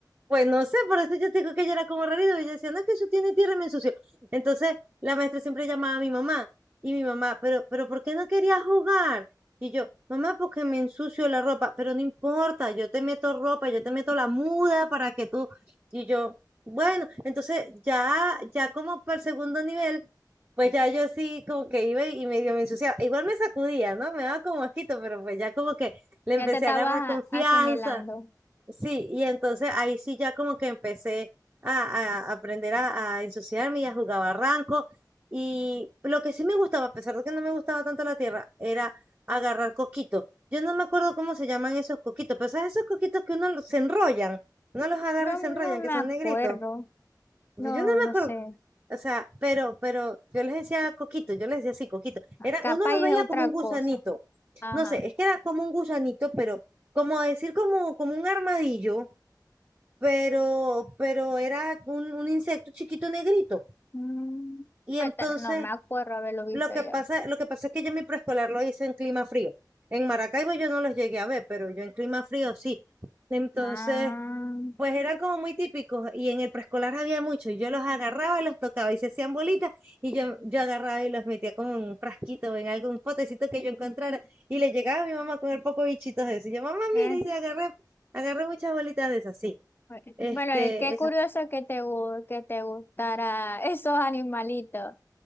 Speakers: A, on the right; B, on the left.
A: Pues no sé, por eso yo te digo que ella era como rarito. Y yo decía, no, es que eso tiene tierra y me ensució. Entonces, la maestra siempre llamaba a mi mamá. Y mi mamá, pero, pero ¿por qué no querías jugar? Y yo, mamá, porque me ensucio la ropa. Pero no importa, yo te meto ropa, yo te meto la muda para que tú. Y yo, bueno, entonces ya, ya como para el segundo nivel, pues ya yo así como que iba y medio me ensuciaba. Igual me sacudía, ¿no? Me daba como asquito, pero pues ya como que le
B: Ya
A: empecé
B: te estabas
A: a agarrar confianza
B: a- asimilando.
A: Sí, y entonces ahí sí ya como que empecé a, a aprender a, a ensuciarme y a jugar barranco. Y lo que sí me gustaba, a pesar de que no me gustaba tanto la tierra, era agarrar coquitos. Yo no me acuerdo cómo se llaman esos coquitos, pero ¿sabes esos coquitos que uno los- se enrollan? Uno los agarra
B: No,
A: y se enrollan,
B: no me
A: que son
B: acuerdo.
A: negritos. Pues
B: No,
A: Yo no me
B: no
A: acuerdo,
B: sé.
A: o sea, pero, pero yo les decía coquitos, yo les decía así, coquitos. Era,
B: Capaz
A: uno los
B: es
A: veía
B: otra
A: como un gusanito.
B: cosa. Ajá.
A: No sé, es que era como un gusanito, pero como decir como, como un armadillo pero, pero era un, un insecto chiquito negrito.
B: Mm,
A: Y
B: pues,
A: entonces
B: tal- no me acuerdo haberlo visto
A: lo que
B: yo.
A: pasa, lo que pasa es que yo mi preescolar lo hice en clima frío. En Maracaibo yo no los llegué a ver, pero yo en clima frío sí. Entonces,
B: Ah,
A: pues eran como muy típicos y en el preescolar había muchos. Yo los agarraba, los tocaba y se hacían bolitas y yo, yo agarraba y los metía como en un frasquito o en algún potecito que yo encontrara y le llegaba a mi mamá con el poco bichitos de eso. Y yo, mamá,
B: eh,
A: mire, y agarré, agarré muchas bolitas de esas, sí.
B: bue-
A: Este,
B: Bueno, eh, qué curioso que te, gu- que te gustara <laughs> esos animalitos.